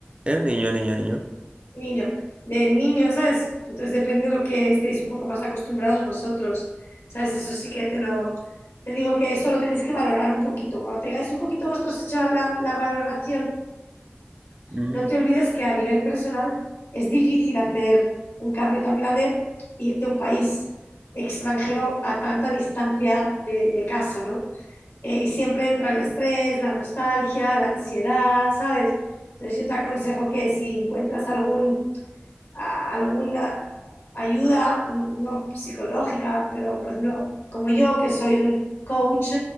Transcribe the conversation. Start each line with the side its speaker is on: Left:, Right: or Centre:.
Right: El niño, niño, niño.
Left: Niño, del niño, ¿sabes? Entonces depende de lo que estéis un poco más acostumbrados vosotros, ¿sabes? Eso sí que te lo, te digo que eso lo tenéis que valorar un poquito. Cuando tengáis un poquito vosotros hecha la, la valoración,
Right: Mm,
Left: no te olvides que a nivel personal es difícil hacer un cambio tan grande, irte a un país extranjero a tanta distancia de, de casa, ¿no? Eh, y siempre entra el estrés, la nostalgia, la ansiedad, ¿sabes? Entonces yo te aconsejo que si encuentras algún a alguna ayuda, no psicológica, pero por ejemplo, como yo que soy un coach